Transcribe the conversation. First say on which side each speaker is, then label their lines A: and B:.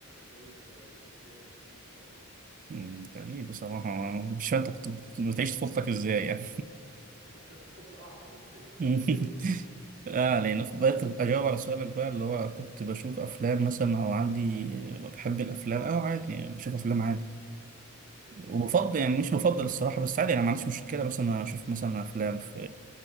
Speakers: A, on the right (about 60°); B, on the right (about 40°).
A: غريب شوية ما كانش ليا في الحاجات دي خالص يعني
B: مم، غريب بصراحة <laughs> مش فاهم أنت كنت كنت بتعيش طفولتك إزاي يعني
A: لا كانت طفولتي اعقد من كده <laughs>
B: <laughs>
A: شويه
B: اه لان بقيت اجاوب على سؤالك بقى اللي هو كنت بشوف افلام مثلا او عندي بحب الافلام اه عادي يعني بشوف افلام عادي
A: مم.
B: وبفضل يعني مش بفضل الصراحه بس عادي انا ما عنديش مشكله مثلا اشوف مثلا افلام في